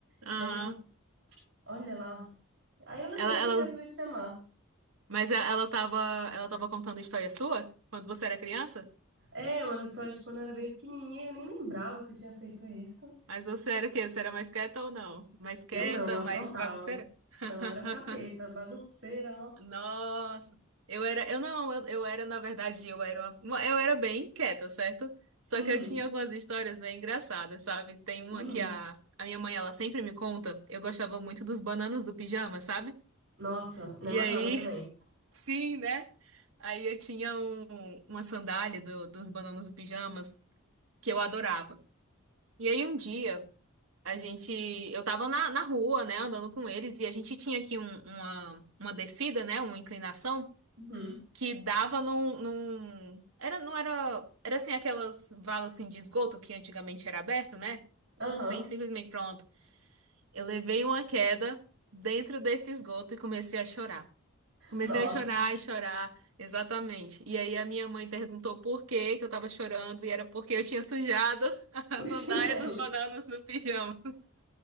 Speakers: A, on the right; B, on the right.
A: Aham.
B: E aí eu, olha lá. Aí eu lembrei
A: Ela, ela,
B: e resolvi te chamar.
A: mas e- ela tava, ela tava contando história sua quando você era criança?
B: É, umas histórias de quando eu era bem pequenininha, e eu nem lembrava que eu tinha feito isso.
A: Mas você era o quê? Você era mais quieta ou não? Mais quieta,
B: Eu não, eu aprontava.
A: mais bagunceira? <laughs>
B: Não, era capeta, bagunceira, nossa.
A: Nossa, eu era, eu não, eu, eu era, na verdade, eu era uma- uma- eu era bem quieta, certo? Só
B: Uhum,
A: que eu tinha algumas histórias bem engraçadas, sabe? Tem
B: uhum.
A: uma que a, a minha mãe, ela sempre me conta, eu gostava muito dos bananas do pijama, sabe?
B: Nossa, me
A: E
B: amarrava
A: aí,
B: também.
A: <laughs> sim, né? Aí eu tinha um- uma sandália do- dos Bananos e Pijamas que eu adorava. E aí um dia, a gente, eu tava na, na rua, né, andando com eles, e a gente tinha aqui um- uma, uma descida, né, uma inclinação,
B: Uhum.
A: que dava num, num- era, não era, era assim, aquelas valas assim, de esgoto que antigamente era aberto, né?
B: Aham.
A: Sem, simplesmente pronto. Eu levei uma queda dentro desse esgoto e comecei a chorar. Comecei
B: Nossa,
A: a chorar
B: <laughs>
A: e chorar, exatamente. E aí a minha mãe perguntou por que que eu tava chorando, e era porque eu tinha sujado <laughs> a
B: o
A: sandália
B: chinelo.
A: dos bananos no pijama.